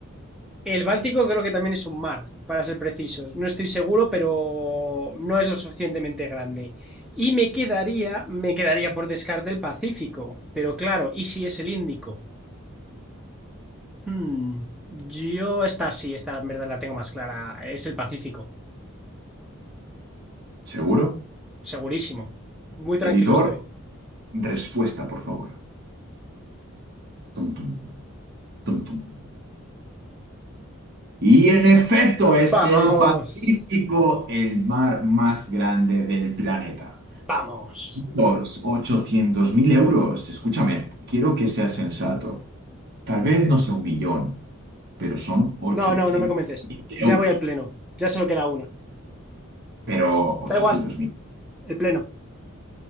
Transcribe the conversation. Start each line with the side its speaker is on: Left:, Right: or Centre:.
Centre: El Báltico creo que también es un mar, para ser precisos. No estoy seguro, pero no es lo suficientemente grande. Y me quedaría, me quedaría por descarte el Pacífico. Pero claro, ¿y si es el Índico? Hmm, Yo esta sí, esta en verdad la tengo más clara. Es el Pacífico,
Right: ¿Seguro?
Centre: segurísimo. Muy tranquilo
Right: Editor,
Centre: estoy.
Right: respuesta, por favor. Tum, tum, tum, tum. Y en efecto, es
Centre: Vamos.
Right: el Pacífico, el mar más grande del planeta.
Centre: Vamos.
Right: Los 800 mil euros. Escúchame, quiero que seas sensato. Tal vez no sea un millón, pero son 800
Centre: No, no, no me convences. Ya
Right: euros.
Centre: voy al pleno. Ya solo queda uno.
Right: Pero ochocientos
Centre: Da igual,
Right: mil.
Centre: el pleno.